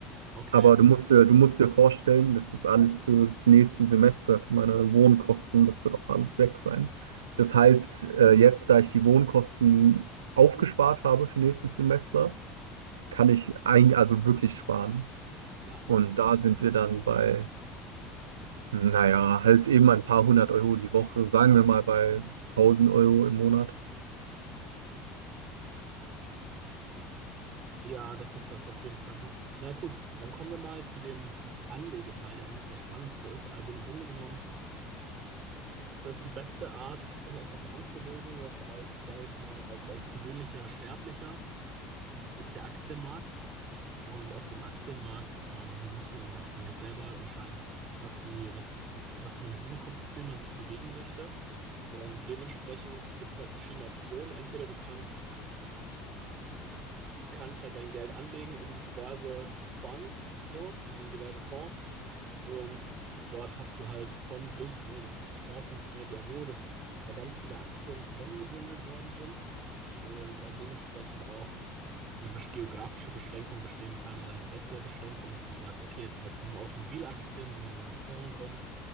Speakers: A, on the right; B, on the right.
A: Okay.
B: Aber du musst dir, du musst dir vorstellen, das ist alles für das nächste Semester, für meine Wohnkosten, das wird auch alles weg sein. Das heißt, äh, jetzt, da ich die Wohnkosten aufgespart habe für nächstes Semester, kann ich ein, also wirklich sparen.
A: Ja.
B: Und da sind wir dann bei Naja, halt eben ein paar hundert Euro die Woche, sagen wir mal bei tausend Euro im Monat.
A: Ja, das ist das auf jeden Fall gut. Na gut, dann kommen wir mal zu dem Anlegeteil, der eigentlich der spannendste ist. Also im Grunde genommen da- die beste Art, in etwas anzulegen, jetzt als, sage ich mal, als, als gewöhnlicher Sterblicher, ist der Aktienmarkt. Und auf dem Aktienmarkt ähm, muss man halt für sich selber entscheiden, was die, was ist, was für ein Risikoprofil man sich bewegen möchte. Und dementsprechend gibt es halt verschiedene Optionen. Entweder du kannst du kannst halt dein Geld anlegen in diverse Fonds, so, also in diverse Fonds. Und dort hast du halt von bis, ne, so Fonds funktioniert ja so, dass da ganz viele Aktien zusammengebündelt worden sind und halt dementsprechend auch eine besch- geografische Beschränkung bestehen kann oder eine Sektorbeschränkung, dass man sagt, okay, jetzt zum Beispiel nur Automobilaktien sind in diesem Fonds drin